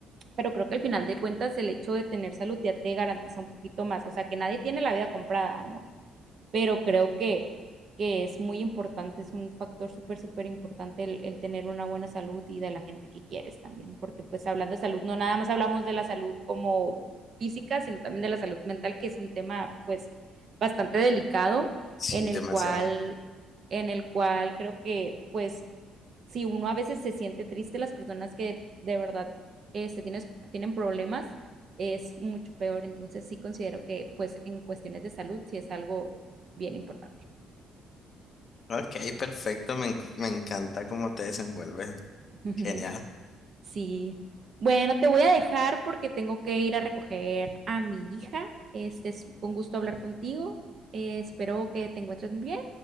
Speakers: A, on the right; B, on the left.
A: pero creo que al final de cuentas el hecho de tener salud ya te garantiza un poquito más. O sea, que nadie tiene la vida comprada, ¿no? Pero creo que, que es muy importante, es un factor súper, súper importante el, el tener una buena salud y de la gente que quieres también. Porque pues hablando de salud, no nada más hablamos de la salud como física, sino también de la salud mental, que es un tema pues bastante delicado
B: sí,
A: en el
B: demasiado.
A: cual, en el cual creo que pues si uno a veces se siente triste, las personas que de verdad este, tienes, tienen problemas es mucho peor. Entonces sí considero que pues en cuestiones de salud sí es algo bien importante.
B: Ok, perfecto, me, enc- me encanta cómo te desenvuelves.
A: <laughs>
B: Genial.
A: Sí. Bueno, te voy a dejar porque tengo que ir a recoger a mi hija. Este es fue un gusto hablar contigo. Eh, espero que te encuentres muy bien